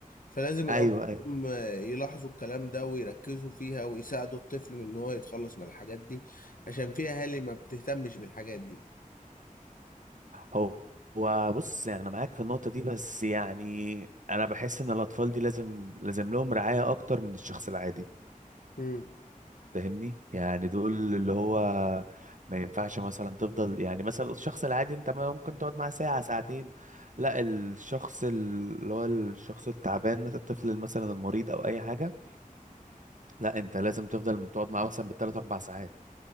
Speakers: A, on the left; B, on the right.
A: فلازم
B: ايوه
A: الأب
B: ايوه
A: والأم يلاحظوا الكلام ده ويركزوا فيها ويساعدوا الطفل من إن هو يتخلص من الحاجات دي عشان في أهالي ما بتهتمش بالحاجات دي
B: هو هو بص يعني انا معاك في النقطه دي بس يعني انا بحس ان الاطفال دي لازم لازم لهم رعايه اكتر من الشخص العادي
A: امم
B: فاهمني يعني دول اللي هو ما ينفعش مثلا تفضل يعني مثلا الشخص العادي انت ما ممكن تقعد معاه ساعة ساعتين لا الشخص اللي هو الشخص التعبان مثلا الطفل مثلا المريض او اي حاجة لا انت لازم تفضل تقعد معاه مثلا بالثلاث اربع ساعات